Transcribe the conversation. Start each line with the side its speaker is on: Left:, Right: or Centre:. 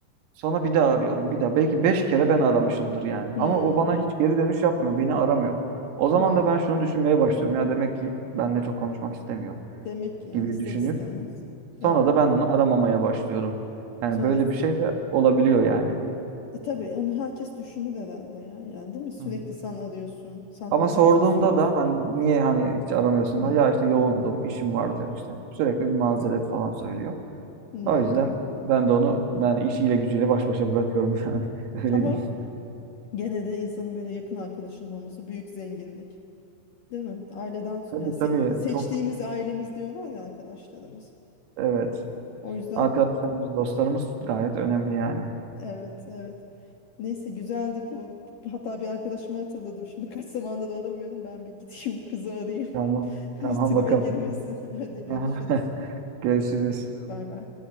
Right: Sonra bir daha arıyorum bir daha. Belki beş kere ben aramışımdır yani.
Left: Hmm.
Right: Ama o bana hiç geri dönüş yapmıyor. Beni aramıyor. O zaman
Left: Aa,
Right: da ben şunu düşünmeye başlıyorum. Ya demek ki benimle çok konuşmak istemiyor
Left: demek ki yani
Right: gibi
Left: ister
Right: düşünüp
Left: istemez. Evet.
Right: sonra da ben onu aramamaya başlıyorum. Yani
Left: Sonra
Right: böyle bir şey de olabiliyor yani.
Left: E tabii onu herkes düşünür herhalde ya. Yani değil mi? Sürekli
Right: Hı hı.
Left: sen arıyorsun. Sen
Right: Ama
Left: hal
Right: sorduğumda
Left: hatır soruyorsun.
Right: da hani niye hani hiç aramıyorsun?
Left: Hmm,
Right: Ya işte yoğundum, işim vardı işte. Sürekli bir mazeret falan söylüyor.
Left: hmm.
Right: O yüzden ben de onu yani işiyle gücüyle baş başa bırakıyorum <laughs> yani. Öyle
Left: Ama
Right: değil.
Left: gene de insanın böyle yakın arkadaşının olması büyük zenginlik. Değil mi? Aileden so-
Right: Tabii
Left: yani
Right: tabii
Left: se- seçtiğimiz
Right: çok
Left: ailemiz diyorlar ya arkadaşlarımız.
Right: evet.
Left: O yüzden
Right: Arkadaşlarımız, dostlarımız gayet önemli yani.
Left: evet evet. Neyse güzeldi bu. Hatta bir arkadaşımı hatırladım. Şimdi kaç zamandır aramıyorum. Ben bir gideyim kızı arayayım.
Right: Tamam.
Left: <laughs>
Right: Tamam
Left: Tribe
Right: bakalım.
Left: girmesin. <laughs> Hadi görüşürüz.
Right: Aha. <laughs> Görüşürüz.
Left: Bay bay.